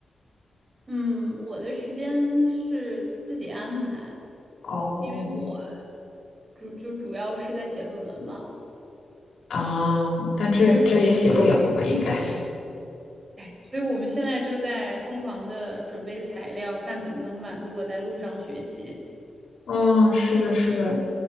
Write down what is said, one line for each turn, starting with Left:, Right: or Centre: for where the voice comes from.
Right: 嗯，我的时间是自己安排，
Left: 哦，
Right: 因为我主就主要是在写论文嘛，
Left: 啊，但这这也写不了了吧？
Right: 所以我
Left: 应该。<laughs>
Right: 所以我们现在就在疯狂的准备材料，看怎么能满足我在路上学习。
Left: 哦，是的，是的，